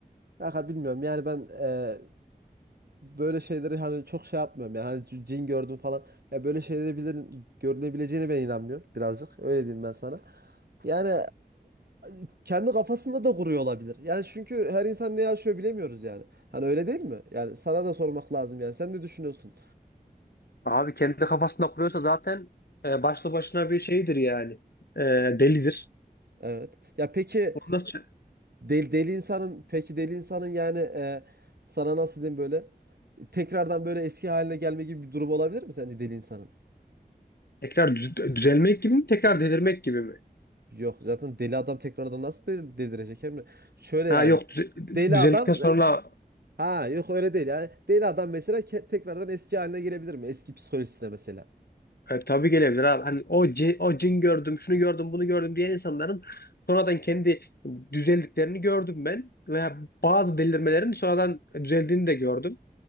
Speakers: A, on the right (about 80°); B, on the left (about 80°).
A: Kanka bilmiyorum yani ben e, böyle şeyleri hani çok şey yapmıyorum yani hani c- cin gördüm falan ya böyle şeyleri bilirin, görülebileceğine ben inanmıyorum birazcık öyle diyeyim ben sana. Yani e, kendi kafasında da kuruyor olabilir. Yani çünkü her insan ne yaşıyor bilemiyoruz yani. Hani öyle değil mi? Yani sana da sormak lazım yani. Sen ne düşünüyorsun?
B: Abi kendi kafasında kuruyorsa zaten e, başlı başına bir şeydir yani. E, delidir.
A: Evet. Ya peki
B: Onu nasıl çö-
A: deli, deli insanın peki deli insanın yani e, sana nasıl diyeyim böyle tekrardan böyle eski haline gelme gibi bir durum olabilir mi sence deli insanın?
B: tekrar düz- düzelmek gibi mi? Tekrar delirmek gibi mi?
A: Yok zaten deli adam tekrardan nasıl del- delirecek Emre? Şöyle
B: Ha
A: yani
B: yok düze-
A: deli
B: düzeldikten
A: adam
B: sonra
A: ha yok öyle değil yani deli adam mesela ke- tekrardan eski haline gelebilir mi? Eski psikolojisine mesela.
B: e, tabii gelebilir abi. Hani o, ci- o cin gördüm, şunu gördüm, bunu gördüm diyen insanların sonradan kendi düzeldiklerini gördüm ben. Veya bazı delirmelerin sonradan düzeldiğini de gördüm.